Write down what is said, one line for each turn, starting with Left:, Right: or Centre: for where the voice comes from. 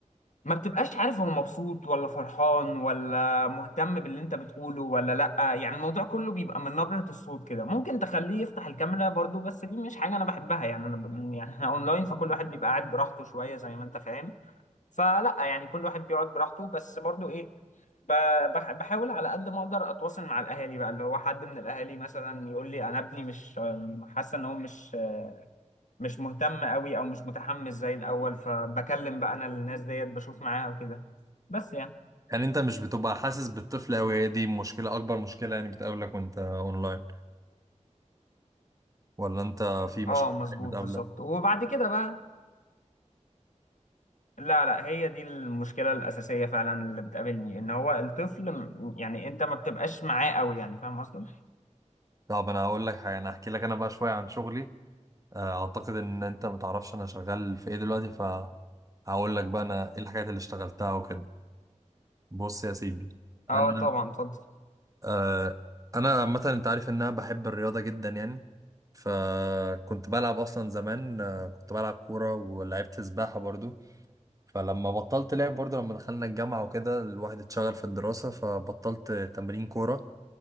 Left: ما بتبقاش عارف هو مبسوط ولا فرحان ولا مهتم باللي انت بتقوله ولا لأ يعني الموضوع كله بيبقى من نبرة الصوت كده ممكن تخليه يفتح الكاميرا برضو بس دي مش حاجة انا بحبها يعني انا ب... يعني احنا اونلاين فكل واحد بيبقى قاعد براحته شوية زي ما انت فاهم فلأ يعني كل واحد بيقعد براحته بس برضو ايه ب... بح... بحاول على قد ما اقدر اتواصل مع الاهالي بقى اللي هو حد من الاهالي مثلا يقول لي انا ابني مش حاسة ان هو مش مش مهتم قوي او مش متحمس زي الاول فبكلم بقى انا الناس ديت بشوف معاها وكده بس يعني
Right: يعني انت مش بتبقى حاسس بالطفل قوي هي دي مشكلة اكبر مشكلة يعني بتقابلك وانت اونلاين ولا انت في مشاكل
Left: اه مظبوط
Right: بتقابلك
Left: بالظبط وبعد كده بقى لا لا هي دي المشكلة الأساسية فعلا اللي بتقابلني إن هو الطفل م- يعني أنت ما بتبقاش معاه قوي يعني فاهم قصدي؟
Right: طب انا هقول لك حاجة انا هحكي لك انا بقى شوية عن شغلي آه، اعتقد ان انت متعرفش انا شغال في ايه دلوقتي فهقول لك بقى انا ايه الحاجات اللي اشتغلتها وكده بص يا سيدي انا
Left: اه طبعا اتفضل
Right: آه انا عامه انت عارف ان انا بحب الرياضه جدا يعني فكنت بلعب اصلا زمان آه، كنت بلعب كوره ولعبت سباحه برضو فلما بطلت لعب برضو لما دخلنا الجامعه وكده الواحد اتشغل في الدراسه فبطلت تمرين كوره